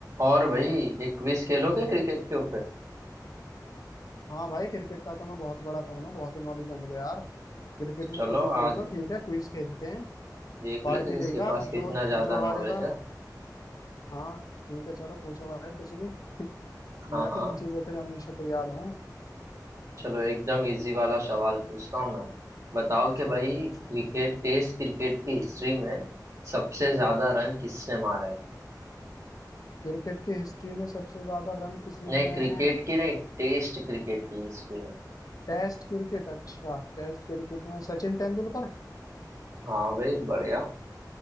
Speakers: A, on the right; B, on the left.
A: और भाई एक क्विज खेलोगे क्रिकेट के ऊपर
B: हाँ भाई क्रिकेट का तो मैं बहुत बड़ा फैन हूँ बहुत नॉलेज है मुझे यार क्रिकेट
A: तो
B: में
A: चलो
B: कुछ भी पूछ
A: आज
B: लो ठीक है क्विज खेलते हैं
A: देख
B: पार्टी
A: लेते हैं
B: देगा
A: किसके पास
B: जो
A: कितना ज्यादा
B: जो हारेगा
A: नॉलेज है
B: हाँ ठीक है चलो पूछो भाई कुछ भी
A: हाँ
B: मैं
A: हाँ
B: तो इन चीजों के लिए हमेशा तैयार हूँ
A: चलो एकदम इजी वाला सवाल पूछता हूँ मैं बताओ कि
B: ठीक
A: भाई
B: है पूछ
A: क्रिकेट टेस्ट क्रिकेट की हिस्ट्री में सबसे ज्यादा रन किसने मारा है
B: क्रिकेट की हिस्ट्री में सबसे ज्यादा रन किसने
A: नहीं
B: बनाए
A: क्रिकेट
B: हैं
A: की नहीं टेस्ट क्रिकेट की हिस्ट्री में
B: टेस्ट क्रिकेट अच्छा टेस्ट क्रिकेट में सचिन तेंदुलकर
A: हाँ भाई बढ़िया